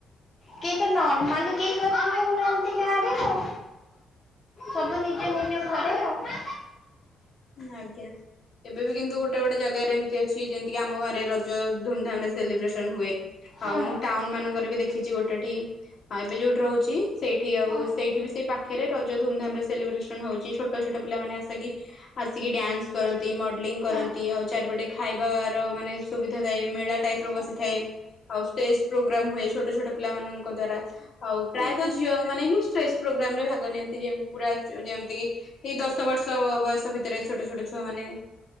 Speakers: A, on the left; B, on the left.
A: କେଇ ତ ନର୍ମାଲି କେହି କଥା ହଉନାହାଁନ୍ତି, ଗାଁରେ ଆଉ। ସବୁ ନିଜ ନିଜ ଘରେ ଆଉ।
B: ଆଜ୍ଞା। ଏବେ ବି କିନ୍ତୁ ଗୋଟେ ଗୋଟେ ଜାଗାରେ ଏମିତି ଅଛି, ଯେମିତି କି ଆମ ଘରେ ରଜ ଧୁମଧାମ ରେ ସେଲିବ୍ରେସନ୍ ହୁଏ।
A: ହୁଁ
B: ଆଉ, ମୁଁ ଟାଉନ୍ ମାନଙ୍କରେ ବି ଦେଖିଛି ଗୋଟେଠି, ହ ଏବେ ଯୋଉଠି ରହୁଛି ସେଇଠି ଆଉ,
A: ହୁଁ
B: ସେଇଠି ବି ସେଇ ପାଖରେ ରଜ ଧୁମ୍ ଧାମ୍ ରେ ସେଲିବ୍ରେସନ୍ ହଉଛି। ଛୋଟ ଛୋଟ ପିଲାମାନେ ଆସିକି ଆସିକି ଡ୍ୟାନ୍ସ କରନ୍ତି, ମଡେଲିଂ କରନ୍ତି,
A: ହୁଁ
B: ଆଉ ଚାରିପଟେ ଖାଇବାର ମାନେ ସୁବିଧା ଥାଏ। ମେଳା ଟାଇପ୍ ର
A: ହୁଁ ହୁଁ ହୁଁ
B: ବସିଥାଏ।
A: ହୁଁ ହୁଁ ହୁଁ ହୁଁ
B: ଆଉ ଷ୍ଟେଜ୍ ପ୍ରୋଗ୍ରାମ୍ ହୁଏ ଛୋଟ ଛୋଟ ପିଲାମାନଙ୍କ ଦ୍ଵାରା। ଆଉ, ପ୍ରାୟତଃ
A: ହୁଁ
B: ଝିଅ ମାନେ ହିଁ ଷ୍ଟେଜ୍ ପ୍ରୋଗ୍ରାମ୍ ରେ ଭାଗ ନିଅନ୍ତି ପୁରା ଯେମିତି କି ଏଇ ଦଶ ବର୍ଷ ବୟସ ଭିତରେ, ଛୋଟ ଛୋଟ ଛୁଆ ମାନେ